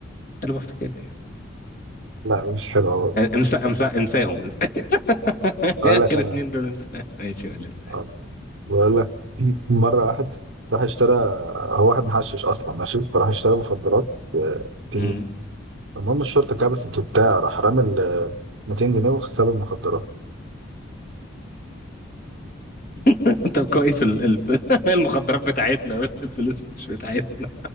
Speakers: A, on the left (about 45°); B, on the right (about 65°).
A: قال له ما افتكرش
B: لا مش حلوة برضه
A: آه، انسى انسى انساهم انسى. <laughs>
B: أقول
A: اخر
B: لك أنا
A: اتنين دول انسى ماشي يا ولد
B: آه، بقول لك <clears throat> مرة واحد راح اشترى هو واحد محشش أصلا ماشي فراح اشترى مخدرات آه، 200
A: مم.
B: جنيه المهم الشرطة كبست وبتاع راح رامي ال 200 جنيه وساب المخدرات
A: <laughs> طب كويس ال- ال- <laughs> المخدرات بتاعتنا بس الفلوس مش بتاعتنا